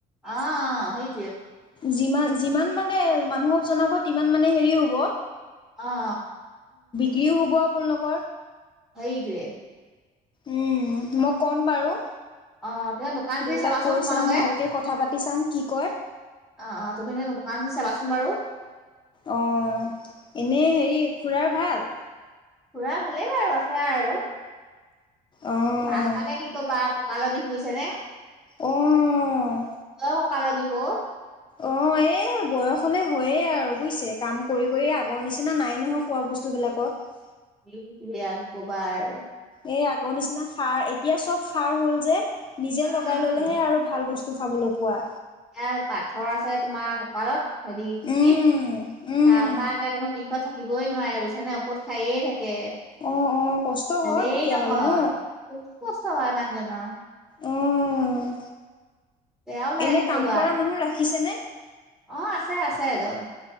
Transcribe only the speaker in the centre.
অ সেই
অ
সেইটোৱেই
অ ত দোকান
ধৰি চাবাচোন
তোমালোকে।
অ অ তুমি দোকান চাবাচোন বাৰু
খুৰা ভালেই বাৰু আছে আৰু
ভাল ভানে কি কবা আক ককালৰ বিষ হৈছে
অ ককালৰ বিষ
সেইটো আৰু কি কবা আৰু
উম
ইয়াৰ পাথৰ আছে তোমাৰ কপালত হেৰি কিতনীত।
তাপা এদখত বিষত থাকিবই নোৱাৰে বুইছানে ঔষধ খায়ে থাকে।
ভালেই
নহয়।
বহুত কষ্ট হয় মানুহজনৰ
বেয়া লাগে
কি
কবা
অ আছে আছে এজন